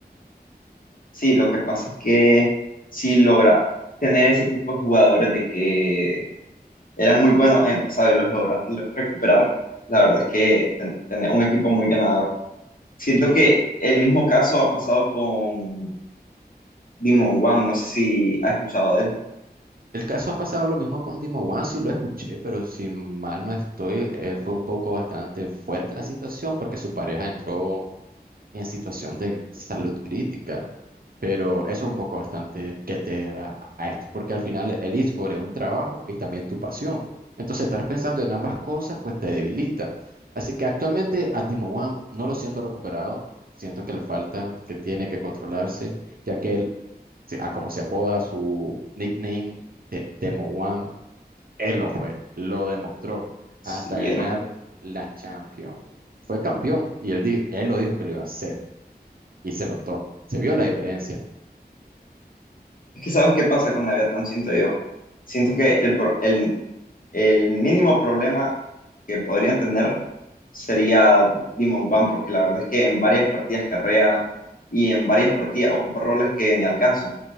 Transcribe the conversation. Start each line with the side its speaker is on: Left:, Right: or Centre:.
Left: Sí, lo que pasa es que sí logra tener ese tipo de jugadores de que eran muy buenos en el pasado y los logra re- recuperar. La verdad es que ten- tener un equipo muy ganador. Siento
Right: Y no-
Left: que el mismo caso ha pasado con Demon One, no sé si has escuchado de él.
Right: el caso ha pasado lo mismo con Dimo One, sí lo escuché, pero si mal no estoy, él fue un poco bastante fuerte la situación porque su pareja entró en situación de salud crítica. Pero eso es un poco bastante que te a a esto, porque al final el eSport es un trabajo y también tu pasión. Entonces, estar pensando en ambas cosas, pues te debilita. Así que actualmente a Dimo One no lo siento recuperado, siento que le falta, que tiene que controlarse, ya que él, se- a como se apoda su nickname de Demo One, él lo fue, lo demostró
Left: Sí,
Right: hasta ganar
Left: era-
Right: la Champions. Fue campeón y él, di- él lo dijo que lo iba a hacer y se notó, se vio la diferencia.
Left: Es que sabes qué pasa con la Tan siento yo. Siento que el, pro- el El mínimo problema que podrían tener sería Demon One, porque la verdad es que en varias partidas carrea y en varias partidas ocupa roles que ni al caso.